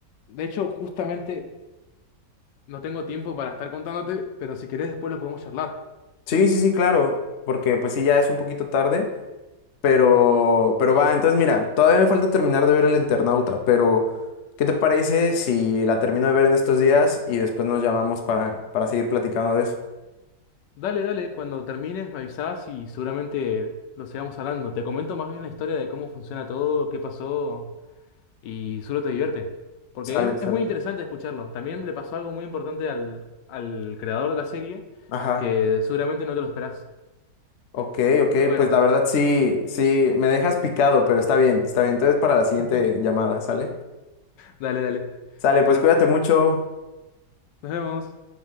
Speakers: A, on the left; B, on the left.
A: de hecho, justamente no tengo tiempo para estar contándote, pero si querés después lo podemos charlar.
B: Sí, sí, sí, claro, porque pues sí, ya es un poquito tarde, pero, pero va, entonces mira, todavía me falta terminar de ver El Internauta, pero ¿qué te parece si la termino de ver en estos días y después nos llamamos para, para seguir platicando de eso?
A: Dale, dale, cuando termines me avisás y seguramente lo sigamos hablando. Te comento más bien la historia de cómo funciona todo, qué pasó y seguro te divierte. Porque
B: Sale,
A: es,
B: sale.
A: es muy interesante escucharlo. También le pasó algo muy importante al, al creador de la serie
B: Ajá.
A: que seguramente no te lo esperás.
B: Ok, ok,
A: Pero bueno,
B: pues la verdad sí, sí, me dejas picado, pero está bien, está bien. Entonces para la siguiente
A: <laughs>
B: llamada, ¿sale?
A: dale, dale.
B: Sale,
A: Bueno,
B: pues cuídate mucho.
A: nos vemos.